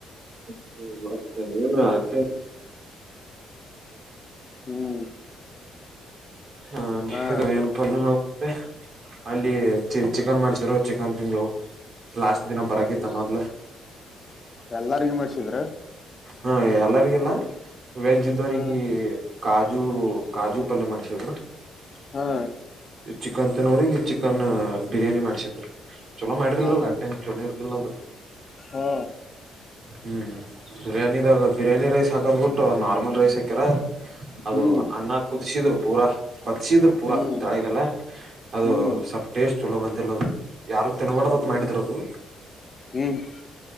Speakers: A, on the right (about 60°); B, on the left (about 35°).
A: ಹ್ಮ ಮತ್ತೆ ಏನು ಅತ್ತೆ
B: ಹ್ಮ್
A: ಹ
B: ಹಾ
A: ಇದು ಏನಪ್ಪಾ ಏನು ಹೋಗುತ್ತೆ <unintelligible> ಅಲ್ಲಿ ಚಿ ಚಿಕನ್ ಮಾಡ್ಸಿದ್ರು ಚಿಕನ್ ತಿಂದ್ವು. ಲಾಸ್ಟ್ ದಿನ ಬರಕಿತ್ತ ಮೊದ್ಲು
B: ಎಲ್ಲಾರಗೂ ಮಾಡ್ಸಿದ್ರಾ
A: ಹಾ ಎಲ್ಲರಿಗಿಲ್ಲ ವೆಜ್ ಇದ್ದವಗ್ರಿ
B: ಹ್ಮ್
A: ಕಾಜು ಕಾಜು ಪಲ್ಯ ಮಾಡ್ಸಿದ್ರ
B: ಹಾ
A: ಚಿಕನ್ ತಿನ್ನೋರ್ಗಿ ಚಿಕನ್ ಬಿರಿಯಾನಿ ಮಾಡ್ಸಿದ್ರು ಚೊಳ ಮಾಡಲ್ಲಲ್ಲ
B: ಹಾ
A: ಟನ್ ಚೊಳ ಇರಲಲ್ಲ
B: ಹಾ
A: ಹ್ಮ್ ಬಿರಯಾನಿದಾಗ ಬಿರಿಯಾನಿ ರೈಸ್ ಹಾಕದ್ ಬಿಟ್ಟು ನಾರ್ಮಲ್ ರೈಸ್ ಹಾಕ್ಯರ. ಅದು
B: ಹ್ಮ್
A: ಅನ್ನ ಕುದಿಸಿದ್ರು ಪೂರಾ ಹೊಚ್ಚಸಿದ್ರು ಪೂರಾ
B: ಹ್ಮ್
A: ತಳಗೆಲ್ಲ ಅದು
B: ಹ್ಮ್
A: ಟೇಸ್ಟ್ ಚಲೋ ಬಂದಿಲ್ಲ ಯಾರು ತಿನ್ಬಾರಡ್ದತ್
B: ಹ್ಮ್ ಹ್ಮ್
A: ಮಾಡಿದರದು
B: ಹ್ಮ್